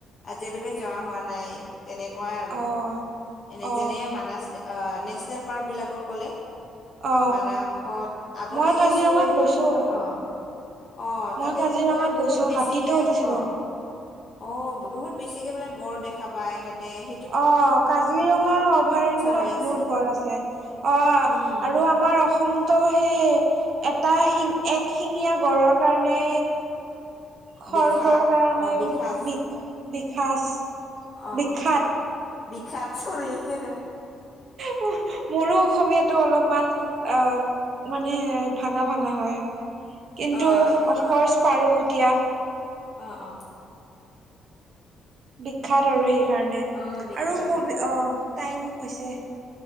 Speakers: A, on the left (about 30°); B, on the right (about 50°).
A: আজিলৈকে যোৱা হোৱা নাই তেনেকুৱাই আৰু
B: অ
A: এনে
B: অ
A: যেনে মানস অহ নেচেনেল পাৰ্ক বিলাক কলে
B: অ
A: মানাসত আগতে
B: মই কাজিৰঙাত
A: গৈছো এইটো
B: গৈছো
A: অহ অহ
B: মই
A: তাতে
B: কাজিৰঙাত
A: বোলে বহুত
B: গৈছো
A: বেছিকে
B: হাতীতো উঠিছিলো
A: অহ অহ বহুত বেছিকে বোলে গড় দেখা পায় তাতে সেই
B: অহ কাজিৰঙা অভয়াৰণ্য
A: হৈ আছে
B: বহুত গড় আছে অহ
A: উম
B: আৰু আমাৰ অসম ত সেই এটা শিং এক শিঙীয়া গড়ৰ কাৰণে খৰ্গৰ
A: বিশাস
B: কাৰণে
A: অ বিশাস
B: বি বি বিকাশ
A: অ
B: বিখ্যাত
A: বিখ্যাত চৰি হেহু
B: হুেহ মোৰো অসমীয়াতো অলপমান অহ মানে ভাঙা ভাঙা হয় কিন্তু
A: অ একো
B: অফকৰ্চ পাৰোঁ এতিয়া
A: অহ অহ
B: বিখ্যাত আৰু সেইকাৰণে
A: অ বিখ্যাত
B: আৰু পবি
A: বিখ্যাত
B: অহ টাইম হৈছে